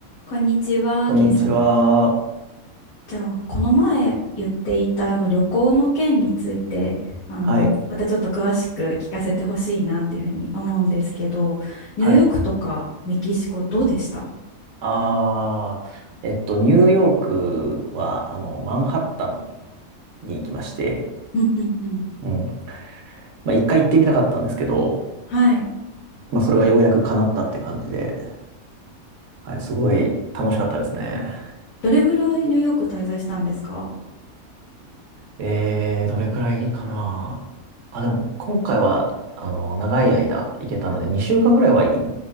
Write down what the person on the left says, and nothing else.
こんにちは、
ケイさん。こんじゃあ、この前言っていたあの旅行の件について、あの、
またちょっと詳しく聞かせてほしいなっていうふうに思うんですけど、ニューヨークとかメキシコどうでした
うんうんうん。
はい。
どれぐらいニューヨーク滞在したんですか